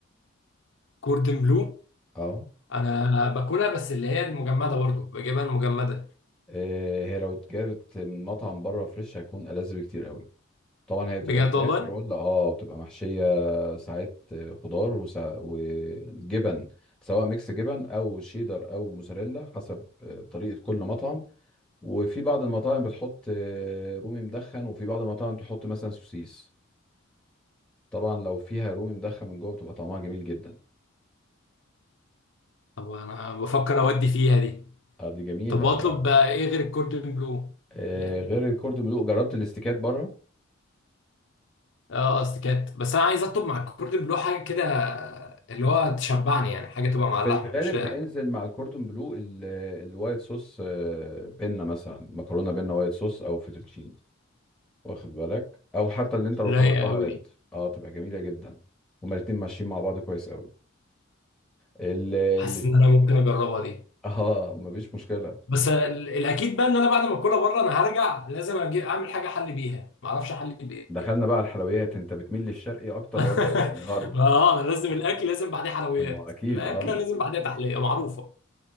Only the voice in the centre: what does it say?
اه
آه، هي لو اتجابت من مطعم بره فريش هتكون ألذ بكتير قوي طبعا هي بتبقى
فراخ
رول اه بتبقى محشية ساعات خضار وسا... وجبن سواء ميكس جبن او شيدر او موزاريلا حسب آه، طريقة كل مطعم وفي بعض المطاعم بتحط آه، رومي مدخن وفي بعض المطاعم تحط مثلا سوسيس طبعا لو فيها رومي مدخن من جوه بتبقى طعمها جميل جدا
اه دي جميلة
وبقى
آه،
غير الكوردون بلو جربت الاستيكات بره
في
الغالب
بينزل مع الكوردون بلو ال- الوايت صوص آه، بينا مثلا مكرونه بينا وايت صوص او فيتوتشيني واخد بالك او حتى اللي انت لو
طلبتها
ريد
اه تبقى جميله جدا هما الاتنين ماشيين مع بعض كويس قوي ال ال-
اه مفيش مشكله
دخلنا بقى على الحلويات انت بتميل للشرقي اكتر
ولا للغرب
اما اكيد
اه